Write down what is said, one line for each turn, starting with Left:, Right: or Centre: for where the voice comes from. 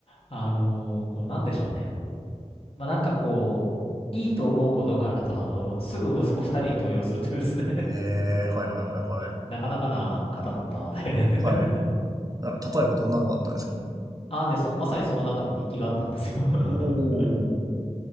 Left: あの、こう、なんでしょうね。まあ、なんかこう、いいと思うことがあると、あの、すぐ息子二人に強要するというですね
Right: ええはいはいはいはい。
Left: なかなかな方だったので <laughs>
Right: はい。あ例えばどんなのがあったんですか
Left: あ、で、そ、まさにその中で日記があったんですよ <laughs>
Right: おー。